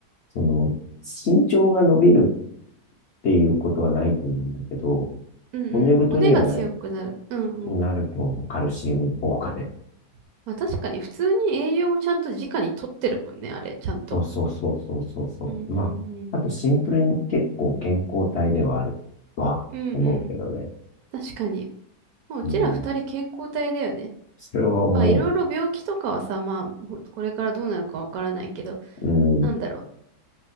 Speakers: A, on the left (about 65°); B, on the right (about 70°).
A: その、身長が伸びるっていうことはないと思うんだけど、
B: うんうん。
A: 骨太にはな、
B: 骨が強くなる。うんうん。
A: なると思う。カルシウム効果で。
B: まあ確かに普通に栄養をちゃんと直に取ってるもんね、あれ、ちゃんと。
A: そうそうそうそうそうそう。
B: うんうんうん。
A: まあ、あとシンプルに結構健康体ではあるとは思うけどね。
B: うんうん。確かに。もううちら二人健康体だよね。
A: うん。それは思
B: まあいろいろ病気とかはさ、まあほこれからどうなるかわからないけど、
A: う。うん。
B: なんだろう。